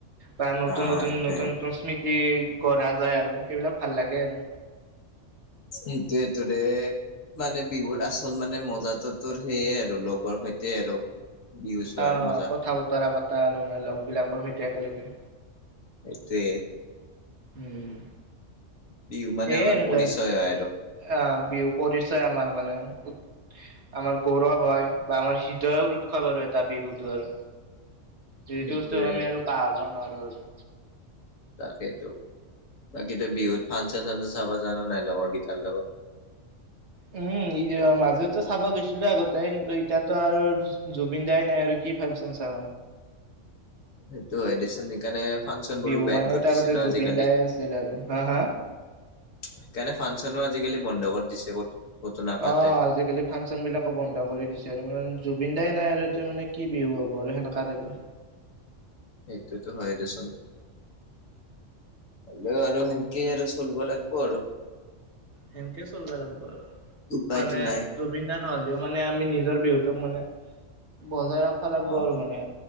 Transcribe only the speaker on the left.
অ
সেইটোয়ে
সেইটোৱেতো ৰে মানে বিহুৰ আচল মানে মজাটো তোৰ সেইয়ে আৰু লগৰ সৈতে আৰু। বিহু চোৱাৰ
মজা
এটোৱে
বিহু মানে
আমাৰ
পৰিচয়
হয় আৰু
সেইটোয়ে
তাকে টো বাকী বিহুত ফাংচন চাংচন চাব জানা নাই লগৰ কেইটাৰ লগত? <inaudible>
সেইটো এ দেচোন ইকাণে ফানচনবোৰো
বেণ্ড
কত
দিছে
ন
আজিকালি।
সেইকাৰণে ফানচনো আজিকালি বন্ধগত দিছে ক'ত ক'তো নাপাতে
এইটোতোত হয় দেচোন। হলেও আৰু সেকে আৰু চলব লাগিব আৰু।
উপায়তো
নাই
অহ